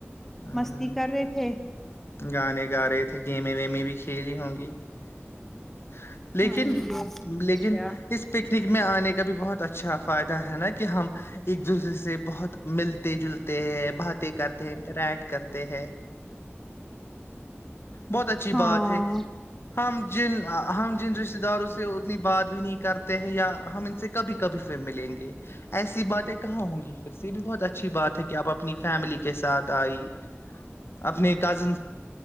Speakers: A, on the left (about 60°); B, in the centre.
A: ہ
B: مستی کر رہے تھے
A: گانے ا رہے ا تھے گمیں ویمیں بھی <unintelligible> لیکن
B: ہاں جی اور نہیں تو
A: لیکن
B: کیا
A: اس پکنک میں آنے کا بھی بہت اچھا فائدہ ہے نا <unintelligible> ایک دوسرے سے بہت <unintelligible> باتیں کرتے ہیں انٹرٹ کرتے <unintelligible> بہت اچھی
B: ہاں
A: بات ہے <unintelligible> جن ہم جن رشتہ داروں سے اتنی بات بھی نہیں کرتے ہیں یا ہم ان سے کبھی کبھی پھر ملیں گے ایسی باتیں کہاں ہوں گی پھر سے یہ بھی بہت اچھی بات ہے کہ آپ اپنی فیملی کے <unintelligible> <unintelligible> <unintelligible>